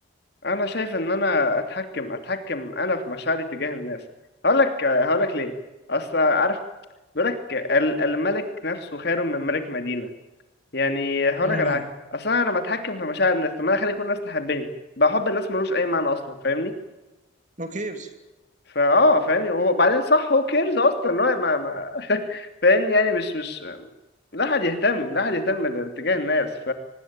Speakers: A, on the left; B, on the right.
A: انا شايف ان انا اتحكم اتحكم انا في مشاعري تجاه الناس هقول لك هقول لك ليه اصل عارف بيقول لك ال- الملك نفسه خير من ملك مدينة يعني هقول
B: امم
A: لك على حاجة اصل انا لما اتحكم في مشاعر الناس طب ما انا اخلي كل الناس تحبني بقى حب الناس ملوش اي معنى اصلا فاهمني
B: اوكي بس.
A: فاه فاهمني وبعدين صح هو كيرز اصلا لا ما ما <laughs> فاهمني يعني مش مش لا حد يهتم لا حد يهتم لاتجاه الناس